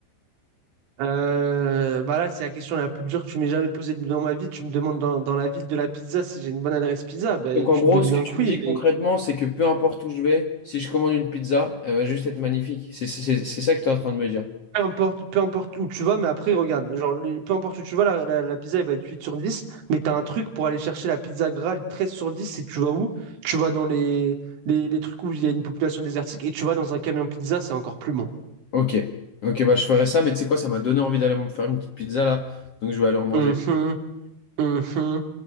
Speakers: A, on the right; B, on the left.
A: Euh, bah là, c'est la question la plus dure que tu m'aies jamais posée dans ma vie. Tu me demandes dans, dans la ville de la pizza si j'ai une bonne adresse pizza. Bah,
B: Donc en
A: tu
B: gros,
A: te doutes
B: ce
A: bien
B: que tu
A: que
B: me
A: oui,
B: dis concrètement, c'est que peu importe où je vais, si je commande une pizza, elle va juste être magnifique. C'est c'est- c'est ça que tu es en train de me dire.
A: Peu importe, peu importe où tu vas, mais après, regarde, genre, les- peu importe où tu vas, la, la- la pizza, elle va être 8 sur dix. mais tu as un truc pour aller chercher la pizza Graal 13 sur 10, et tu vas où? Tu vas dans les, les, les trucs où il y a une population désertique, et tu vas dans un camion pizza, c'est encore plus bon.
B: Ok. Ok, bah je ferai ça, mais tu sais quoi, ça m'a donné envie d'aller me faire une petite pizza là. Donc je vais aller en manger.
A: Mhm, mhm.